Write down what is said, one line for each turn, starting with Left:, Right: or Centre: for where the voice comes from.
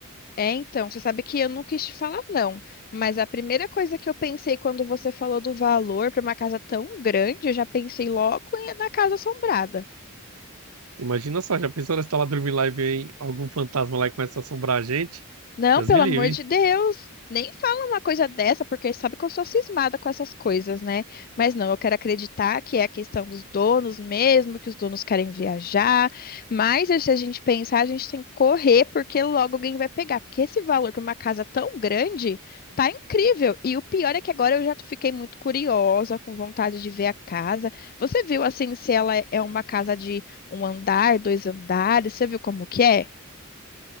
Left: É, então, você sabe que eu não quis te falar, não, mas a primeira coisa que eu pensei quando você falou do valor para uma casa tão grande, eu já pensei logo em- na casa assombrada.
Right: Imagina só, já pensou nós tá lá dormindo lá e vem algum fantasma lá e começa a assombrar a gente?
Left: Não,
Right: Deus
Left: pelo
Right: me livre.
Left: amor de Deus, nem fala uma coisa dessa, porque sabe que eu sou cismada com essas coisas, né? Mas não, eu quero acreditar que é a questão dos donos mesmo, que os donos querem viajar. Mas se a gente pensar, a gente tem que correr, porque logo alguém vai pegar. Porque esse valor para uma casa tão grande tá incrível. E o pior é que agora eu já fiquei muito curiosa, com vontade de ver a casa. Você viu assim se ela é uma casa de um andar, dois andares? Você viu como que é?